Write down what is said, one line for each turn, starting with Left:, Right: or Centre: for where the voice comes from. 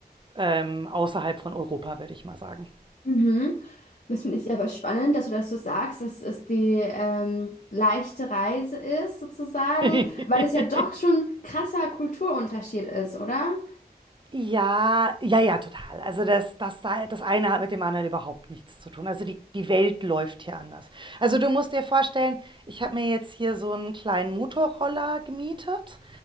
Right: ähm, außerhalb von Europa, würde ich mal sagen.
Left: Mhm. Das finde ich aber spannend, dass du das so sagst, dass es die ähm, leichte Reise ist, sozusagen,
Right: <laughs>
Left: weil es ja doch schon krasser Kulturunterschied ist, oder?
Right: Ja, ja, ja, total. Also das, das, das eine hat mit dem anderen überhaupt nichts zu tun. Also die, die Welt läuft hier anders. Also du musst dir vorstellen, ich habe mir jetzt hier so einen kleinen Motorroller gemietet.